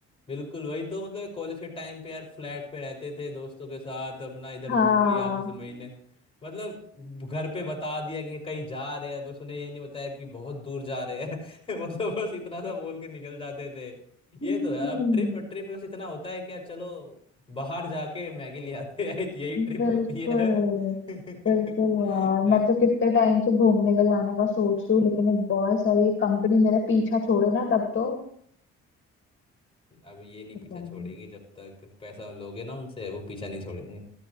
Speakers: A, on the left; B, on the left.
A: बिल्कुल वही तो मतलब कॉलेज के टाइम पे यार फ्लैट पे रहते थे दोस्तों के साथ अपना इधर
B: हाँ
A: घूम लिया किसी महीने मतलब घर पे बता दिया कि कहीं जा रहे हैं बस उन्हें ये नहीं बताया कि बहुत दूर जा रहे हैं <laughs> मतलब बस इतना सा बोल के निकल जाते थे
B: हम्म
A: ये तो यार अब ट्रिप ट्रिप बस इतना होता है कि यार चलो बाहर जाके मैगी ले आते हैं <laughs> यही ट्रिप
B: बिल्कुल
A: होती है <laughs> नहीं
B: बिल्कुल यार मैं तो कितने टाइम से घूमने का जाने का सोच रही हूँ लेकिन ये बॉस और ये कंपनी मेरा पीछा छोड़े ना तब तो
A: अब ये नहीं
B: पता
A: पीछा छोड़ेंगे
B: नहीं।
A: जब तक पैसा लोगे ना उनसे वो पीछा नहीं छोड़ेंगे